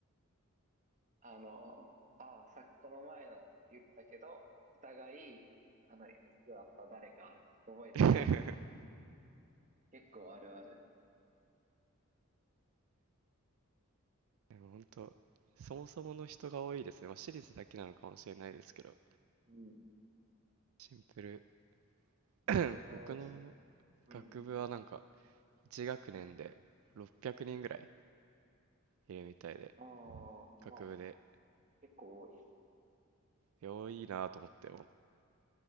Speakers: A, on the right; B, on the right.
A: あの、ああ、さっきこの前のって言ったけど、お互い、あの、いつだった誰か覚えてない。
B: <laughs>
A: 結構あるある。
B: でも本当そもそもの人が多いですね。まあ、私立だけなのかもしれないですけど、
A: うん。
B: シンプル。
A: 人が多いし。
B: <clears throat> <coughs> 僕の
A: うん。
B: 学部はなんか1学年で600人ぐらいいるみたいで、
A: ああ、まあ
B: 学部で。
A: もう結構多いです。
B: よいいなと思って、もう